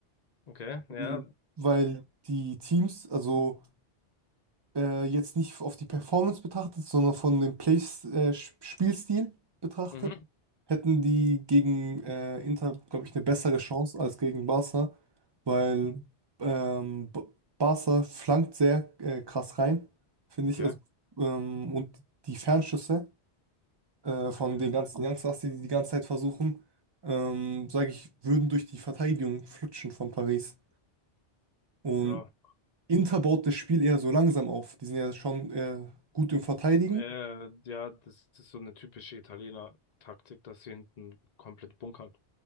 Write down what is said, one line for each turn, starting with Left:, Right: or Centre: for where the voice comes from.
Left: Okay. Ja.
Right: Mhm. weil
Left: Okay.
Right: die Teams, also äh, jetzt nicht auf die Performance betrachtet, sondern von dem Play, äh, Spielstil betrachtet.
Left: Mhm.
Right: hätten die gegen äh, Inter, glaube ich, eine bessere Chance als gegen Barca, weil ähm, B- Barca flankt sehr äh, krass rein, finde
Left: Okay.
Right: ich. Also, ähm, und die Fernschüsse äh,
Left: Okay.
Right: von den ganzen Youngsters, die die die ganze Zeit versuchen, ähm, sage ich, würden durch die Verteidigung flutschen von Paris. Und
Left: Ja.
Right: Inter baut das Spiel eher so langsam auf. Die sind ja schon äh, gut im Verteidigen.
Left: Äh, ja, das ist so eine typische Italiener-Taktik, dass sie hinten komplett bunkern.